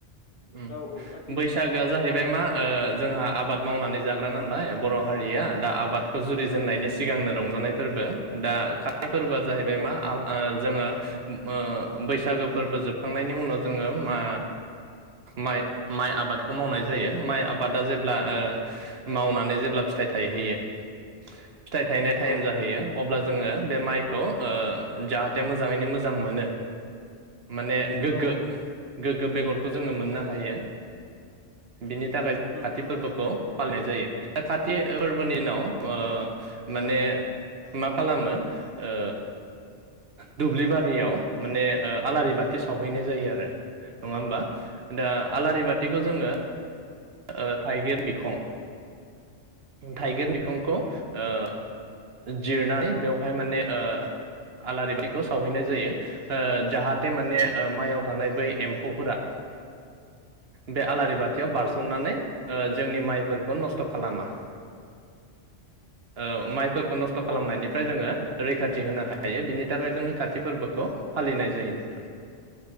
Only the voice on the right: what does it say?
ओम
बैसागोआ
जाहैबाय मा ओ जोंहा आबाद मावनानै जाग्रा नालाय बर हारिया दा आबादखौ जुरिजेननायनि सिगांनो रंजानायफोरबो दा फोरबोआ जाहैबाय
मा आ जोङो ओ बै बैसागो फोरबो जोबखांनायनि उनाव जोङो मा माइ माइ आबादखौ मावनाय जायो माइ आबादा जेब्ला ओ मावनानै जेब्ला फिथाइ थायहैयो। फिथाइ थायनाय टाइम
जाहैयो अब्ला जोङो। बे माइखौ ओ जाहाथे मोजाङैनो मोजां मोनो। माने गोग्गो
गोग्गो बेगरखौ जोङो मोननो हायो। बिनि थाखाय
काति
फोर्बोखौ फालिनाय जायो। दा खाति फोर्बोनि उनाव ओ माने मा खालामो ओ दुब्लि बारियाव बे ओ आलारि बाथि सावहैनाय जायो आरो। नङा होनबा? दा आलारि बाथिखौ
जोङो
ओ थाइगिर बिखं थाइगिर बिखंखौ ओ जिरनानै बेवहाय माने ओ आलारि बाथिखौ सावहैनाय जायो ओ जाहाथे माने माइआव थानाय बै एम्फौफोरा बे आलारि बाथियाव बारस
ननानै ओ जोंनि माइफोरखौ नस्थ' खालामा। ओ माइ फोरखौ नस्थ' खालामनायनिफ्राय
जोङो रैखाथि होनो हायो बिनि थाखाय जोङो खााति फोर्बोखौ फालिनाय जायो नोंथां।